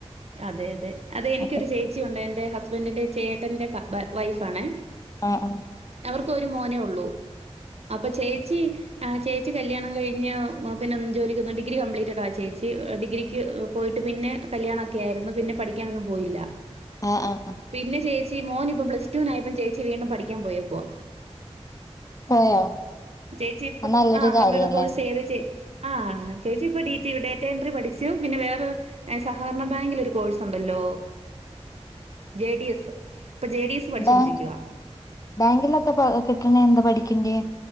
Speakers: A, on the right (about 65°); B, on the left (about 30°).
A: അതെ-അതെ-അതെ എനിക്കൊരു
B: അപ്പൊ
A: ചേച്ചിയൊണ്ട് എന്റെ ഹസ്ബൻഡി ചേട്ടന്റെ ഫ വൈഫാണെ
B: ആ ആ
A: ക്ക് ഒരു മോനെ ഉള്ളൂ അപ്പൊ ചേച്ചി ആ ചേച്ചി കല്യാണം കയിഞ്ഞ് അപിന്നെ ജോലിക്കൊന്നും ഡിഗ്രി കംപ്ലീറ്റഡ ചേച്ചി ഡിഗ്രിക്ക് പോയിട്ട് പിന്നെ കല്യാണ- ക്കാരുന്നു പിന്നെ പഠിക്കാനൊന്നും പോയില്ല
B: ആഹ് ആഹ്
A: പിന്നെ ചേച് ചി മോന് ഇപ്പം പ്ലസ്ടുവിനായപ്പം ചേച്ചി വീണ്ടും പഠിക്കാൻ പോയേക്കുവാ.
B: പോയോ
A: ചേച്ചി ഇപ്പ
B: അത് നല്ലൊരു
A: ആന്
B: കാര്യല്ലേ
A: കമ്പ്യൂട്ടർ കോഴ്സ് ചെയ്ത്. ചേ ആ ചേച്ചി ഇപ്പൊ ഡി ടീവിടെ ഡേറ്റ എൻട്രി പഠിച്ചു പിന്നെ വേറെ സഹകരണ ബാങ്കിൽ ഒരു കോഴ്സ് ഉണ്ടല്ലോ ജെ ഡി എസ് ഇപ്പൊ ജെ ഡി എസ് പഠിച്ചോണ്ടിരിക്കുവാ
B: ബാങ് ബാങ്കിലൊക്കെ പ്പ കി ട്ട്ണേ എന്താ പഠിക്കണ്ടേ?